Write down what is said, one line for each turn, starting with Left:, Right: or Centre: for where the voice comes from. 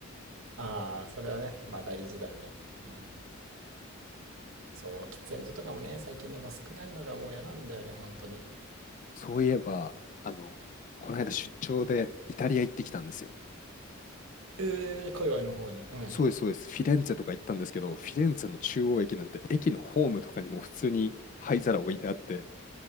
Right: ああ、それはね、まあ大事だよね。うん。そう、喫煙所とかもね、最近でも少ないのがもう嫌なんだよね、本当に。
Left: そういえば、あの、この間出張でイタリア行ってきたんですよ。
Right: えー、海外の方に。うん。
Left: そうです、そうです。フィレンツェとか行ったんですけど、フィレンツェの中央駅なんて、駅のホームとかにも普通に灰皿置いてあって、